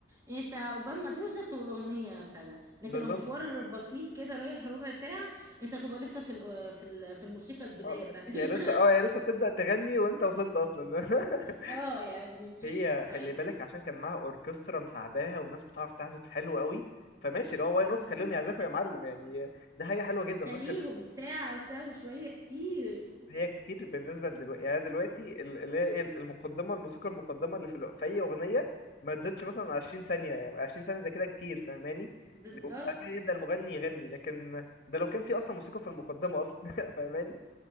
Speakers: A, on the right (about 20°); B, on the left (about 45°).
A: انت قبل ما توصل تبقى الاغنيه بتاعتها لكن
B: بالظبط
A: لو مشوار بسيط كده رايح ربع ساعه انت تبقى لسه في ال- في ال- في الموسيقى البدايه
B: اه
A: بتاعت
B: هي
A: ال-
B: لسه اه هي لسه بتبدأ تغني وانت وصلت اصلا <laughs>
A: <laughs> اه يعني
B: هي خلي
A: ف
B: بالك عشان كان معاها اوركسترا مساعداها وناس بتعرف تعزف حلو قوي فماشي اللي هو واي
A: اه
B: نوت خليهم يعزفوا يا معلم يعني ده حاجه حلوه جدا
A: خليهم
B: والناس كانت
A: ساعه او ساعه وشويه كتير
B: هي كتير بالنسبه لدلوقتي يعني دلوقتي ال- اللي هي ايه المقدمه الموسيقى المقدمه اللي في, ال- في اي اغنيه ما تزيدش مثلا 20 ثانيه يعني 20 ثانيه ده كده كتير فاهماني
A: بالظبط
B: وبعد كده يبدأ المغني يغني لكن ده لو كان في اصلا موسيقى في المقدمه اصلا <laughs> فاهماني